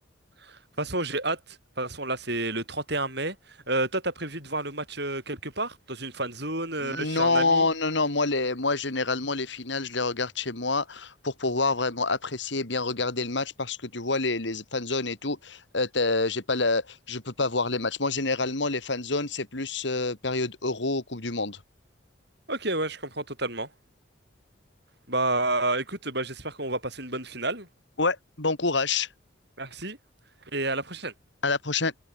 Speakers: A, on the right; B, on the left.
A: De toute façon, j'ai hâte. De toute façon, là, c'est le 31 mai. Euh, toi, t'as prévu de voir le match euh, quelque part? Dans une fan zone, euh,
B: Non,
A: chez un ami?
B: non, non, moi, les, moi, généralement, les finales, je les regarde chez moi pour pouvoir vraiment apprécier et bien regarder le match parce que tu vois, les, les fan zones et tout, euh, t'as- j'ai pas la, je peux pas voir les matchs. Moi, généralement, les fan zones, c'est plus euh, période Euro, Coupe du Monde.
A: Ok, ouais, je comprends totalement. Bah, écoute, bah, j'espère qu'on va passer une bonne finale.
B: Ouais, bon courage.
A: Merci et à la prochaine.
B: À la prochaine.